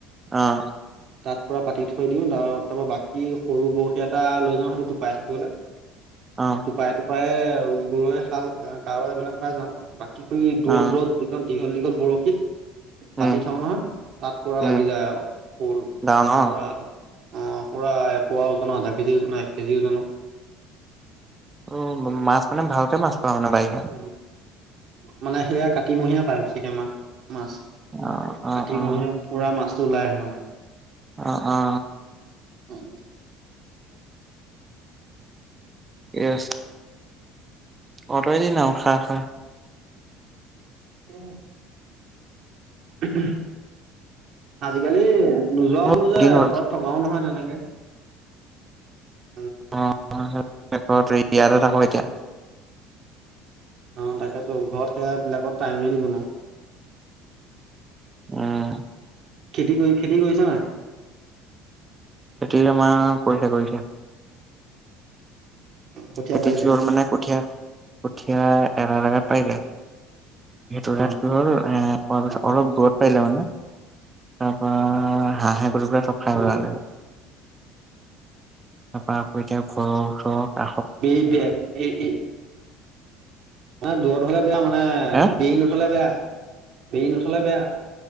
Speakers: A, on the right (about 20°); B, on the right (about 50°).
A: আহ
B: তাত পৰা পাতি থৈ দিওঁ ত তাৰ পৰা বাকী সৰু বৰশী এটা লৈ যাওঁ সেইটো টোপাই থাকিবলৈ
A: অ
B: টুপাই টো প্ৰায় গৰৈ, শাল, কাৱৈ এইবিলাক পাই যাওঁ। বাকী <unintelligible> দূৰত
A: অ
B: দূৰত দীঘল দীঘল বৰশীত
A: উম
B: পাতি থওঁ নহয়, তাত পুৰা
A: উম
B: লাগি যায় আৰু শল
A: ডাঙৰ ন অ',
B: <unintelligible> অ পুৰা এপুৱা ওজন ৰ, আধা কেজি ওজনৰ, এক কেজি ওজনৰ।
A: উ মাছ মানে ভালকে মাছ পাওঁ মানে বাৰিষাত
B: অ মানে সেয়া কাতিমহীয়া পায় ছাগে মা মাছ
A: অ অ
B: কাতিমহীয়া
A: অ
B: পুৰা মাছ ওলাই আহে মানে।
A: অ'- অ'।
B: উম।
A: এয়েছ। অতৰ দিনাও খা, খা।
B: উম। <inaudible> আজিকালি নোযোৱা
A: মোৰ
B: হ'লো
A: বহুত
B: যে
A: দিন হ'ল
B: ঘৰত থকাও নহয় তেনেক <inaudible>
A: অহ, আ <unintelligible> ইয়াতে থাক' এতিয়া।
B: অ', তাকেটো ঘৰত সেয়া বিলাকত টাইমেই দিব ন'।
A: উম।
B: খেতি কৰি, খেতি কৰিছা নাই।
A: সেইটোৱে তোমাৰ কৰিছে, কৰিছে।
B: কঠীয়া
A: খেতিটোৰ
B: পাৰিলে
A: মানে কঠীয়া, কঠীয়া তেৰাত পাৰিলে সেইটো
B: অ'
A: হাত কি হ'ল এ হোৱা পিছত
B: অ'
A: অলপ দূৰত পাৰিলে মানে, তাৰপা হাঁহে সৰু পা চব খাই
B: উম।
A: পেলালে। তাৰপা আকৌ এতিয়া ঘৰ চৰ
B: এই বে এই এই, দূৰত হ'লে বেয়া মানুহ বেৰি
A: হে
B: নথলে বেয়া, বেৰি নথলে। কলে বেয়া